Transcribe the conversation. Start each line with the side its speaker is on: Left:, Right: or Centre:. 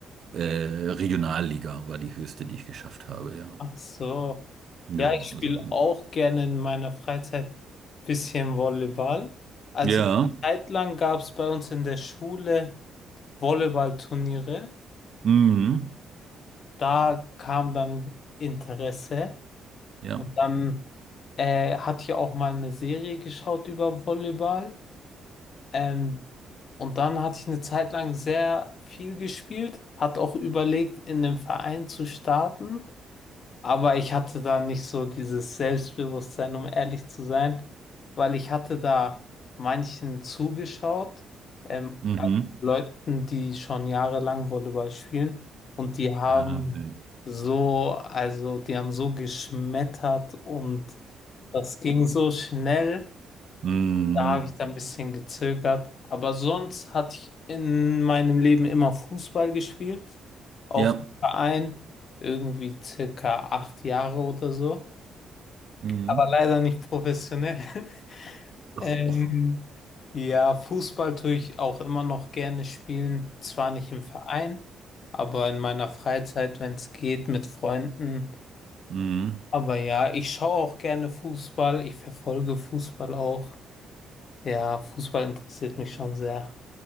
Right: äh, Regionalliga war die höchste, die ich geschafft habe, ja.
Left: Ach so.
Right: Ja,
Left: Ja, ich spiele
Right: also,
Left: auch gerne in meiner Freizeit bisschen Volleyball. Also
Right: ja,
Left: eine Zeit lang gab es bei uns in der Schule Volleyballturniere.
Right: mhm,
Left: da kam dann Interesse
Right: ja,
Left: und dann äh, hatte ich auch mal eine Serie geschaut über Volleyball. Ähm, und dann hatte ich eine Zeit lang sehr viel gespielt, hat auch überlegt, in den Verein zu starten. Aber ich hatte da nicht so dieses Selbstbewusstsein, um ehrlich zu sein, weil ich hatte da manchen zugeschaut, ähm,
Right: mhm,
Left: also Leuten, die schon jahrelang Volleyball spielen und die haben
Right: äh, nee.
Left: so, also die haben so geschmettert und das ging so schnell.
Right: <laughs> mhm.
Left: Da habe ich da ein bisschen gezögert. Aber sonst hatte ich in meinem Leben immer Fußball gespielt. Auch
Right: Ja.
Left: im Verein. Irgendwie circa acht Jahre oder so.
Right: Mhm.
Left: Aber leider nicht professionell. <laughs>
Right: Ach,
Left: Ähm,
Right: ach.
Left: ja, Fußball tue ich auch immer noch gerne spielen. Zwar nicht im Verein, aber in meiner Freizeit, wenn es geht, mit Freunden.
Right: Mhm.
Left: Aber ja, ich schaue auch gerne Fußball. Ich verfolge Fußball auch. Ja, Fußball interessiert mich schon sehr.